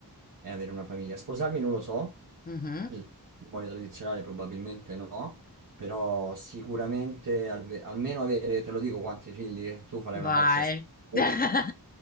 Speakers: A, on the right; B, on the left.
A: è avere una famiglia. Sposarmi non lo so,
B: Mhm.
A: il
B: <laughs>
A: matrimonio tradizionale probabilmente no, però sicuramente al- almeno avere, te lo dico quanti figli, tu farai
B: Vai.
A: una faccia schifosa.
B: <laughs>